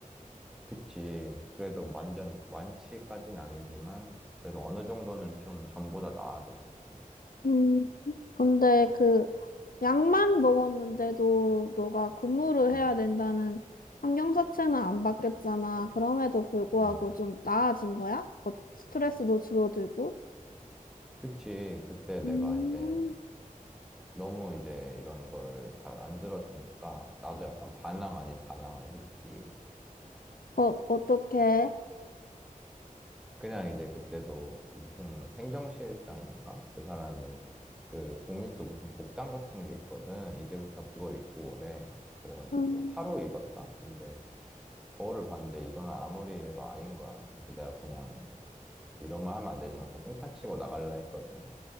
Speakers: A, in the centre; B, on the left (about 85°).
A: 그치. 그래도 완전 완치까진 아니지만, 그래도 어느 정도는 좀 전보다 나아졌었어.
B: 음, 근데 그 약만 먹었는데도 너가 근무를 해야
A: 음,
B: 된다는 환경 자체는 안 바뀌었잖아. 그럼에도 불구하고
A: 음.
B: 좀 나아진 거야? 어, 스트레스도 줄어들고?
A: 그치. 그때
B: 음,
A: 내가 이제 너무 이제 이런 거를 다 안 들어주니까, 나도 약간 반항 아닌 반항을 했지.
B: 어, 어떡해?
A: 그냥 이제 그때도 무슨 행정실장인가? 그 사람이 그 공익도 무슨 복장 같은 게 있거든. 이제부터 그걸 입고 오래. 그래가지고
B: 음,
A: 하루 입었다? 근데 거울을 봤는데 이건 아무리 해도 아닌 거야. 그래서 내가 그냥 뭐 이런 말 하면 안 되지만 그냥 깽판 치고 나갈라 했거든.